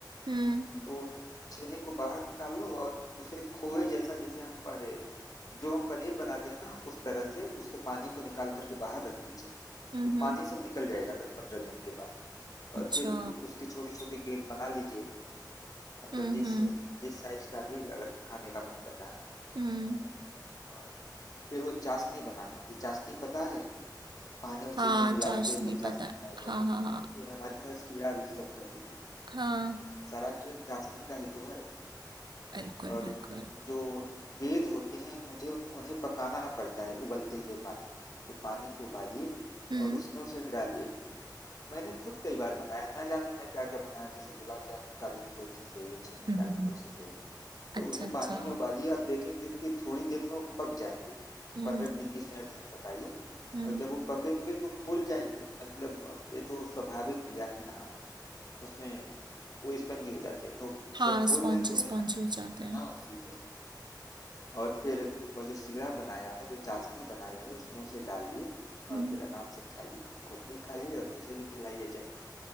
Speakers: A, on the right; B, on the left.
A: हम्म
B: तो छेने को बाहर निकाल लो और उसे खोए जैसा जैसे हम अरे जो हम पनीर बनाते हैं ना उस तरह से उसके पानी को निकाल करके बाहर रख दीजिए
A: हम्म
B: तो पानी सब निकल जाएगा दस पंद्रह मिनट के बाद और
A: अच्छा
B: फिर उसकी छोटी छोटी गेंद बना लीजिए मतलब
A: हम्म
B: जिस
A: हम्म
B: जिस साइज का भी अगर खाने का मन कर रहा है
A: हम्म
B: और फिर वो चाशनी बनानी होती है। चाशनी पता है पानी और
A: हाँ
B: चीनी मिला
A: चाशनी
B: के जो चाशनी
A: पता है
B: बनाई
A: हाँ
B: जाती है
A: हाँ हाँ
B: इसे हमारी तरह सीढ़ा भी सब कहते हैं
A: हाँ
B: सारा खेल चाशनी का ही तो है
A: बिल्कुल
B: और
A: बिल्कुल
B: जो गेंद होते हैं मुझे उन- उन्हें पकाना पड़ता है उबलते हुए पानी में तो पानी को उबालिए
A: हम्म
B: और उसमें उसे डालिए मैंने खुद कई बार बनाया ना जाने मैं क्या क्या बनाया जैसे गुलाब जामुन का भी प्रोसेस है ये छेने
A: हम्म
B: का
A: हम्म,
B: भी प्रोसेस
A: हम्म,
B: है ये
A: अच्छा
B: तो उन्हें
A: अच्छा
B: पानी में उबालिए आप देखेंगे कि थोड़ी देर में वो पक जाएंगे
A: हम्म
B: पंद्रह मिनट बीस मिनट तक पकाइए
A: हम्म
B: और जब वो पकेंगे तो फूल जाएंगे मतलब ये तो स्वाभाविक क्रिया है ना उसमें वो स्पंजी हो जाती है तो
A: हाँ
B: जब फूल
A: स्पॉन्जी
B: जाए तो उन्हें
A: स्पॉन्जी
B: ठंडा
A: हो जाते हैं
B: होने दीजिए और फिर वो जो सिगड़ा बनाया है जो चाशनी बनाई है उसमें उसे डालिए
A: हम्म
B: और फिर आराम से खाइए खुद भी खाइए और मुझे भी खिलाइए जब